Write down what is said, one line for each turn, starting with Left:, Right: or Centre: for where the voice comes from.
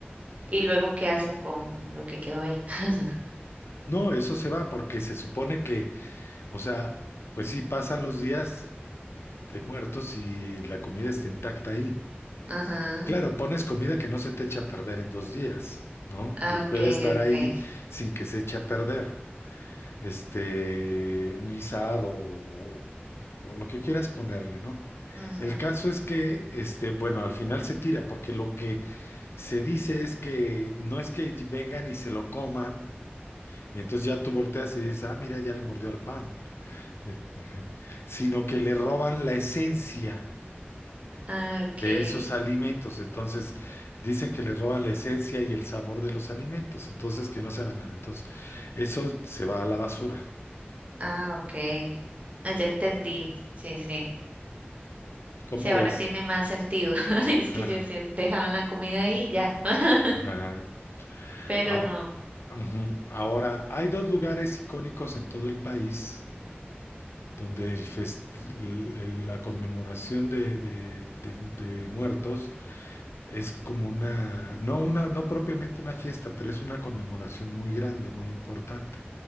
Right: Y luego, ¿qué hacen con lo que quedó ahí? <laughs>
Left: No, eso se va porque se supone que, o sea, pues sí pasan los días de muertos y la comida está intacta ahí.
Right: Ajá.
Left: Claro, pones comida que no se te echa a perder en dos días, ¿no?
Right: Ah,
Left: Que puede
Right: ok,
Left: estar ahí
Right: ok.
Left: sin que se eche a perder. Este, un guisado o, o lo que quieras ponerle, ¿no?
Right: Ujú.
Left: El caso es que, este, bueno, al final se tira, porque lo que se dice es que no es que vengan y se lo coman, y entonces ya tú volteas y dices, ah, mira, ya le mordió al pan, eh, sino que le roban la esencia
Right: Ah, ok.
Left: de esos alimentos. Entonces, dicen que le roban la esencia y el sabor de los alimentos. Entonces, que no se va nada. Entonces, eso se va a la basura.
Right: Ah, ok. Ah, ya entendí. Sí, sí.
Left: ¿Cómo
Right: Sí, ahora
Left: ves?
Right: tiene más sentido. <laughs> Es
Left: <laughs>
Right: que yo decía, dejaban la comida ahí y ya, <laughs>
Left: Ajá.
Right: pero
Left: Ah,
Right: no.
Left: ujú. Ahora, hay dos lugares icónicos en todo el país donde el fest- el- el- la conmemoración de, de- de- de muertos es como una, no una, no propiamente una fiesta, pero es una conmemoración muy grande, muy importante.